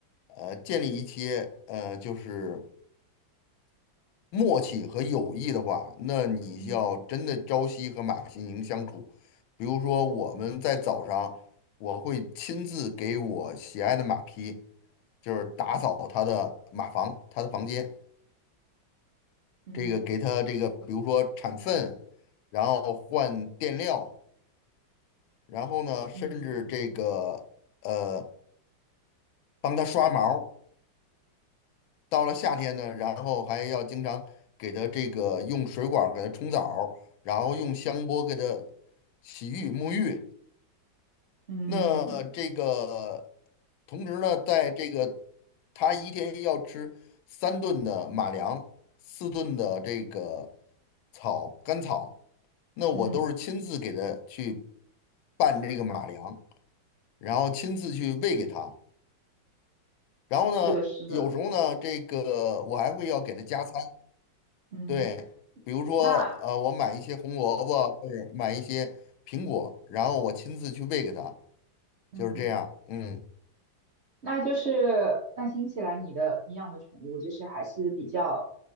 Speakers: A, on the left (about 85°); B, on the right (about 65°).
A: 呃，建立一些呃，就是。默契和友谊的话，那你要真的朝夕和马心营相处。
B: 嗯
A: 比如说，我们在早上，我会亲自给我喜爱的马匹，就是打扫它的马房、它的房间，
B: 嗯
A: 这个给它这个，比如说铲粪，然后换垫料，然后呢，甚至这个呃，
B: 嗯
A: 帮它刷毛。到了夏天呢，然后还要经常给它这个用水管儿给它冲澡儿然后用香波给它洗浴沐浴。
B: 嗯
A: 那这个同时呢，在这个它一天要吃三顿的马粮，四顿的这个草干草，那我都是亲自给它去
B: 嗯，
A: 拌这个马粮，然后亲自去喂给它。然后呢，
B: 是的，是的，
A: 有时候呢，这个我还会要给它加餐。
B: 嗯，
A: 对，比如说，
B: 那
A: 呃，我买一些红萝卜，或者买一些苹果，然后我亲自去喂给它，
B: 嗯。
A: 就是这样。嗯，
B: 那就是那听起来你的你养的宠物就是还是比较